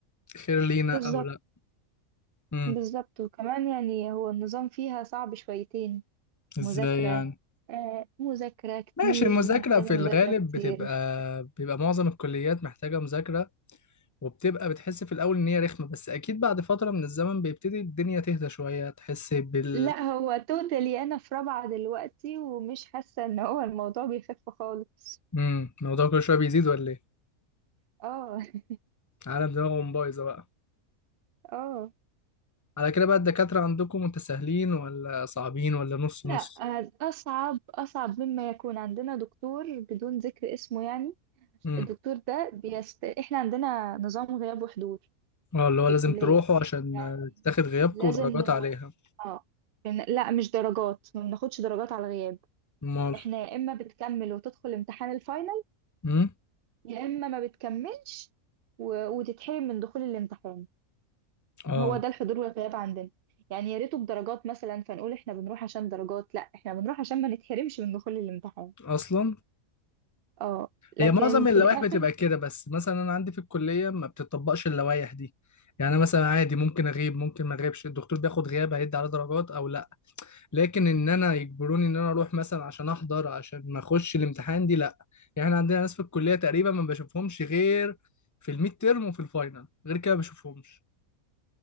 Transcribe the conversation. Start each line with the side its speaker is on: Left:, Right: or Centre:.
Left: خير لينا
Right: بالظبط
Left: او لا امم
Right: بالظبط وكمان يعني هو النظام فيها صعب شويتين
Left: ازاي
Right: مذاكرة
Left: يعني
Right: آه مذاكرة كتير
Left: ماشي المذاكرة
Right: محتاجة
Left: في
Right: مذاكرة
Left: الغالب
Right: كتير
Left: بتبقى بيبقى معظم الكليات محتاجة مذاكرة وبتبقى بتحس في الأول إن هي رخمة بس أكيد بعد فترة من الزمن بيبتدي الدنيا تهدى شوية تحس بال
Right: لا هو توتالي انا في رابعة دلوقتي ومش حاسة ان هو الموضوع بيخف خالص
Left: امم الموضوع كل شوية بيزيد ولا إيه؟
Right: اه
Left: عالم دماغهم بايظة بقى
Right: <laughs> اه
Left: على كده بقى الدكاترة عندكم متساهلين ولا صعبين ولا نص
Right: لا
Left: نص؟
Right: آه، أصعب أصعب مما يكون عندنا دكتور بدون ذكر اسمه يعني
Left: امم
Right: الدكتور ده بيست... إحنا عندنا نظام غياب وحضور
Left: اه اللي هو
Right: في
Left: لازم
Right: الكلية
Left: تروحوا عشان
Right: يعني
Left: تاخد غيابكم
Right: لازم
Left: ودرجات
Right: نروح
Left: عليها
Right: اه إن- لا مش درجات ما بناخدش درجات على الغياب
Left: أمال
Right: إحنا يا إما بتكمل وتدخل امتحان الفاينل
Left: امم
Right: يا إما ما بتكملش و... وتتحرم من دخول الامتحان
Left: اه
Right: هو ده الحضور والغياب عندنا يعني يا ريته بدرجات مثلا فنقول إحنا بنروح عشان درجات لا إحنا بنروح عشان ما نتحرمش من دخول الامتحان
Left: أصلا
Right: اه لكن
Left: هي معظم
Right: في
Left: اللوائح
Right: الاخر
Left: بتبقى كده بس مثلا انا عندي في الكليه ما بتطبقش اللوائح دي يعني أنا مثلا عادي ممكن اغيب ممكن ما اغيبش الدكتور بياخد غياب هيدي على درجات او لا لكن ان انا يجبروني ان انا اروح مثلا عشان احضر عشان ما اخش الامتحان دي لا يعني احنا عندنا ناس في الكليه تقريبا ما بشوفهمش غير في الميد تيرم وفي الفاينل غير كده ما بشوفهمش